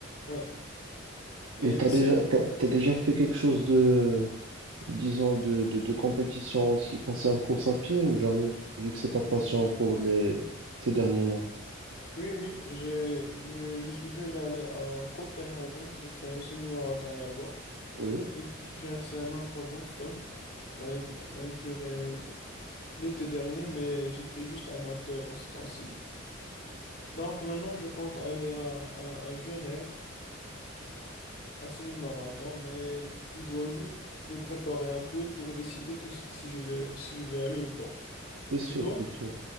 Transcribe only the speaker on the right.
Et t'as déjà,
t'as, t'as déjà fait quelque chose de, disons, de, de, de compétition en ce qui concerne course à pied ou jamais, vu que c'est ta passion pour les, ces derniers mois?
Oui,
c'est sûr,
c'est sûr.